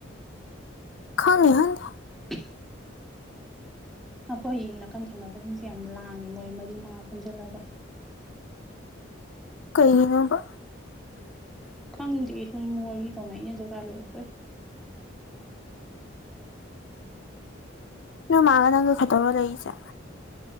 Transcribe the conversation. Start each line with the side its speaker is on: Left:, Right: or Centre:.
Left: ꯈꯩ ꯍꯥꯏꯗꯤ
Centre: <inaudible> ꯑꯩꯈꯣꯏ ꯅꯥꯀꯟ ꯊꯪꯅꯕꯁꯤꯡꯁꯦ ꯌꯥꯝ ꯂꯥꯡꯉꯦ ꯃꯣꯏ ꯃꯔꯤ ꯃꯉꯥ ꯄꯨꯟꯁꯤꯜꯂꯒ
Left: ꯀꯩꯩꯅꯣꯕ
Centre: ꯈꯪꯗꯦ ꯁꯨꯝ ꯋꯥꯔꯤ ꯇꯧꯉꯩ ꯑꯩꯅ ꯖꯔꯒꯥꯥꯔ ꯂꯣꯏꯔꯛꯈꯣꯏ
Left: ꯅ ꯃꯥꯒ ꯅ ꯑꯪꯒ ꯈꯇꯔ ꯂꯩꯏꯁ